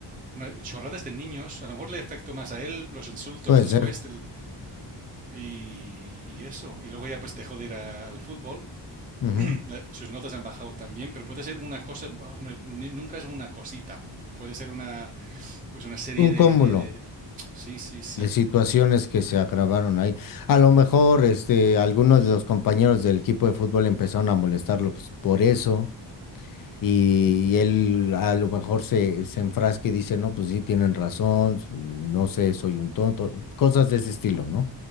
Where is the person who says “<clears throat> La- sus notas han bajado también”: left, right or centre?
Right